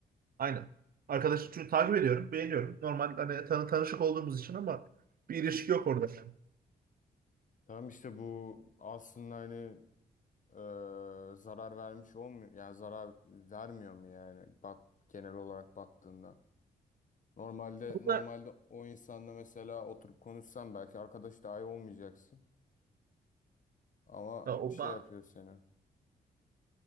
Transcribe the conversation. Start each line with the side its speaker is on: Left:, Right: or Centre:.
Right: Aynen. Arkadaşlık çünkü takip ediyorum, beğeniyorum. Normal hani tanı, tanışık olduğumuz için ama bir ilişki yok orada. Yani.
Left: Tamam işte bu aslında hani e, zarar vermiş olmuyor. Yani zarar vermiyor mu yani? Bak genel olarak baktığında. Normalde
Right: Bu
Left: normalde
Right: da
Left: o insanla mesela oturup konuşsan belki arkadaş dahi olmayacaksın. Ama
Right: ya, o,
Left: bir şey
Right: ben,
Left: yapıyor seni.